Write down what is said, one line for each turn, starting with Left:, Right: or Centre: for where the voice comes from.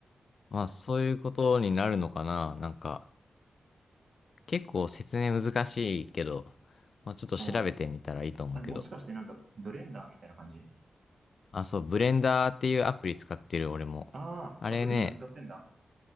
Left: まあ、そういうことになるのかな。なんか、結構説明難しいけど、まあ、ちょっと調べてみたらいいと思うけど。
Right: うん。あれもしかしてなんかブレンダーみたいな感じ
Left: あ、そう、ブレンダーっていうアプリ使ってる俺も。
Right: ああー、
Left: あれね、
Right: あ、ブレンダー使ってんだ。